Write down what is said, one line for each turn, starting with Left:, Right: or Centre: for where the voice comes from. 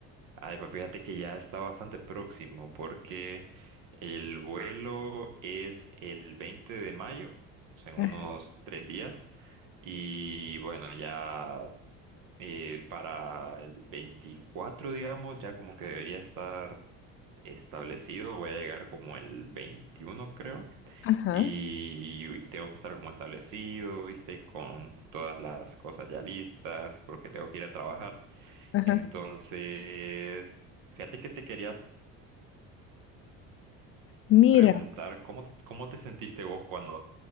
Right: ay, pues fíjate que ya está bastante próximo porque el vuelo es el 20 de mayo, o sea, en
Left: Ah,
Right: unos tres días, y bueno, ya... eh, para el 24 digamos, ya como que debería estar establecido. Voy a llegar como el 21 creo.
Left: Ajá,
Right: Y tengo que estar como establecido, ¿viste? Con todas las cosas ya listas, porque tengo que ir a trabajar.
Left: ajá.
Right: Entonces, fíjate que te quería
Left: Mira,
Right: preguntar, ¿cómo, cómo te sentiste vos cuando